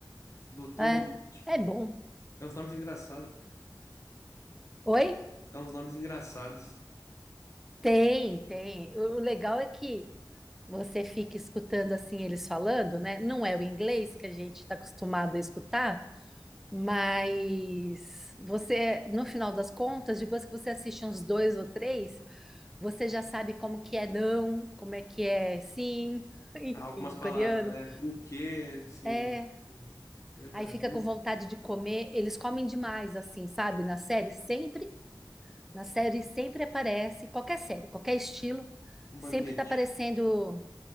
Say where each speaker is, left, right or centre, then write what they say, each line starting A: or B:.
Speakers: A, on the left; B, in the centre.
A: Doutor
B: É,
A: Romântico.
B: é bom.
A: É uns nomes engraçados.
B: Oi?
A: É uns nomes engraçados.
B: Tem, tem. O, o legal é que você fica escutando assim eles falando, né? Não é o inglês que a gente está acostumado a escutar, mas você, no final das contas, depois que você assiste uns dois ou três Você já sabe como que é não, como é que é sim, <laughs> em
A: Há Algumas
B: em
A: palavras,
B: coreano.
A: né? O quê? Sim.
B: É.
A: Sim. Verdade.
B: Aí fica
A: Isso.
B: com vontade de comer. Eles comem demais, assim, sabe? Na série sempre, na série sempre aparece, qualquer série, qualquer estilo,
A: Um
B: sempre
A: banquete.
B: tá aparecendo